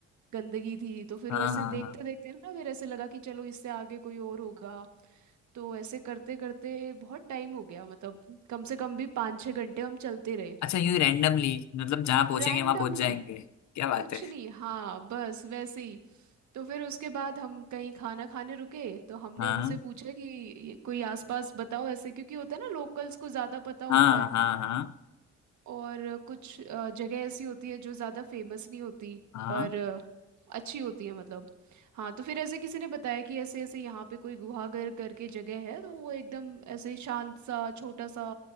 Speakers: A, on the right; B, on the left.
A: गंदगी थी तो फिर
B: हाँ
A: वैसे
B: हाँ
A: देखते
B: हाँ
A: देखते ना फिर ऐसे लगा कि चलो इससे आगे कोई और होगा तो ऐसे करते करते बहुत टाइम हो गया मतलब कम से कम भी पाँच छः घंटे हम चलते रहे
B: अच्छा यूँ रैंडमली मतलब जहाँ पहुँचेंगे
A: रैंडमली
B: वहाँ पहुँच जाएंगे क्या बात
A: कुछ
B: है
A: नहीं हाँ बस वैसे ही तो फिर उसके बाद हम कहीं खाना खाने रुके तो हमने
B: हाँ
A: उनसे पूछा कि ये कोई आसपास बताओ ऐसे क्योंकि होता है ना लोकल्स को ज़्यादा पता होता
B: हाँ
A: है
B: हाँ हाँ
A: और कुछ अ, जगह ऐसी होती है जो ज़्यादा फेमस नहीं होती
B: हाँ
A: पर अ, अच्छी होती है मतलब हाँ तो फिर ऐसे किसी ने बताया कि ऐसे ऐसे यहाँ पे कोई गुहागर करके जगह है तो वो एकदम ऐसे शांत सा छोटा सा